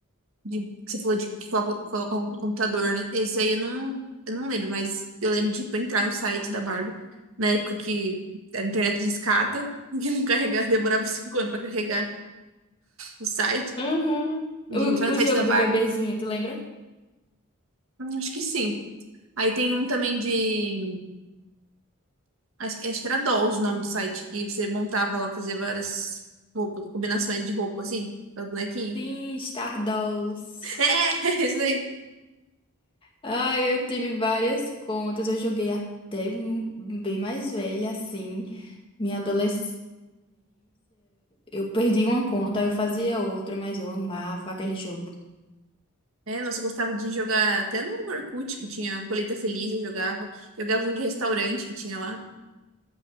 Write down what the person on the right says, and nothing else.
de que você falou de que coloca coloca um computador, né? Esse aí eu não, eu não lembro, mas eu lembro de tipo, entrar no site da Barbie, na época que a internet de escada, <laughs> que não carregava, demorava cinco anos pra carregar o site,
de
entrar no
site
da
Barbie
Hum, Acho que sim. Aí tem um também de. Acho, que acho que era Dolls o nome do site, que você montava lá, fazia várias roupas, combinações de roupa, assim, pra bonequinho.
<laughs> É, isso daí.
É, nossa, eu gostava de jogar até no Orkut, que tinha Colheita Feliz, eu jogava. Jogava um de restaurante que tinha lá.